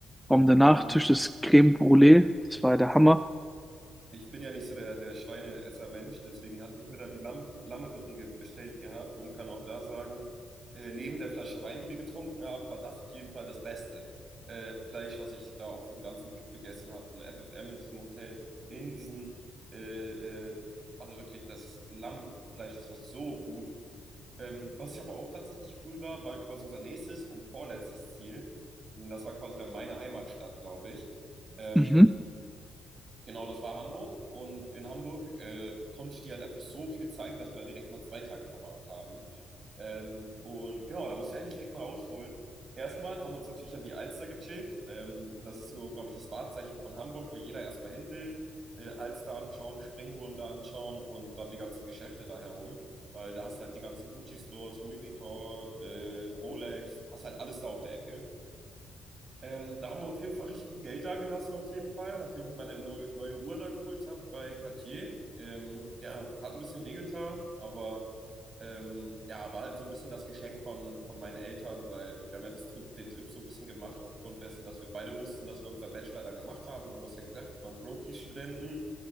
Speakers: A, in the centre; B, on the right (about 45°).
A: Und der Nachtisch,
B: Mm,
A: das Crème Brûlée, das war der Hammer.
B: ich bin ja nicht so der, der Schweineesser-Mensch, deswegen hatte ich mir da die Lamm, Lammrippen ge- bestellt gehabt und kann auch da sagen, äh, neben der Flasche Wein, die wir getrunken haben, war das auf jeden Fall das beste äh, Fleisch, was ich da auf diesem ganzen Trip gegessen habe. Ein FFM in diesem Hotel, in diesem, äh, äh, also wirklich das Lammfleisch, das war so gut. Ähm, was ich aber auch tatsächlich cool war, war quasi unser nächstes und vorletztes Ziel. Und Das war quasi dann meine Heimatstadt, glaube ich. Ähm,
A: Mhm,
B: Genau, das war Hamburg. Und in Hamburg äh, konnte ich dir halt einfach so viel zeigen, dass wir da direkt mal zwei Tage verbracht haben. Ähm, und genau, da muss ich eigentlich direkt mal ausholen. Erstmal haben wir uns natürlich an die Alster gechillt. Ähm, das ist so, glaube ich, das Wahrzeichen von Hamburg, wo jeder erstmal hin will. Äh, Alster anschauen, Springbrunnen da anschauen und dann die ganzen Geschäfte da herum. Weil da hast du halt die ganzen Gucci-Stores, Louis Vuitton, äh, Rolex, hast halt alles da auf der Ecke. Ähm, da haben wir auf jeden Fall richtig gut Geld dagelassen, auf jeden Fall, nachdem ich mir meine neu, neue Uhr da geholt habe bei Cartier. Ähm, ja, hat ein bisschen wehgetan, aber ähm, ja, war halt so ein bisschen das Geschenk von, von meinen Eltern, weil wir haben ja das Trip, den Trip so ein bisschen gemacht, aufgrund dessen, dass wir beide wussten, dass wir unser Bachelor dann gemacht haben, weil du hast ja gesagt, wir waren Brokies-Studenten.